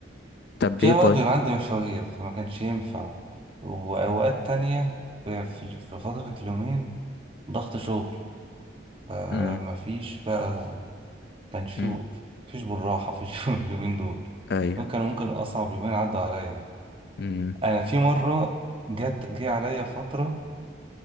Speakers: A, on the left; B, on the right.
A: طب
B: في
A: ليه طيب
B: اوقات بيبقى عندي مشاوير فما كانش ينفع واوقات تانية في في في فترة اليومين ضغط شغل فمفيش
A: مم.
B: بقى كانش في
A: مم.
B: مفيش بالراحة في <laughs> اليومين دول
A: ايوه
B: دول كانوا ممكن اصعب يومين عدوا عليا
A: مم.
B: انا في مرة جت جه عليا فترة